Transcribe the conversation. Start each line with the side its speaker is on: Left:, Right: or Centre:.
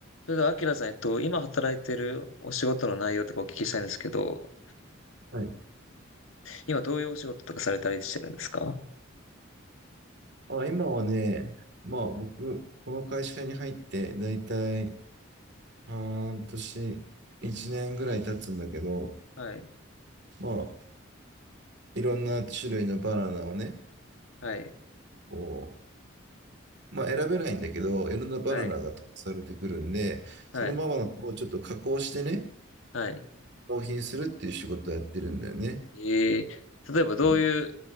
Left: それでは、アキラさん、えっと、今働いてるお仕事の内容とかお聞きしたいんですけど、
Right: はい。
Left: 今どういうお仕事とかされたりしてるんですか
Right: あ、今はね、まあ僕、この会社に入ってだいたい半年、1年ぐらい経つんだけど、
Left: はい、
Right: まあいろんな種類のバナナをね、
Left: はい、
Right: こう、まあ選べないんだけど、いろんなバナナが投されてくるんで、
Left: はい、はい、
Right: そのバナナをちょっと加工してね、
Left: はい。
Right: 納品するっていう仕事をやってるんだよね。
Left: えー、例えばどういう
Right: うん。